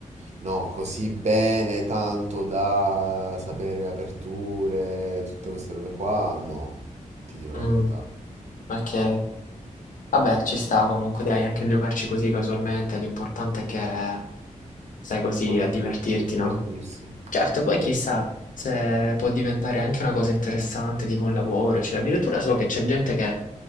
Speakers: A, on the right; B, on the left.
A: No, così bene, tanto da sapere le aperture, tutte queste robe qua, no, ti dirò la
B: Mm,
A: verità.
B: ok. Vabbè, ci sta comunque, dai, anche giocarci così casualmente, l'importante è che stai
A: L'importante
B: così a divertirti,
A: è divertirsi.
B: no? Certo, poi chissà se può diventare anche una cosa interessante, tipo un lavoro, eccetera. Addirittura so che c'è gente che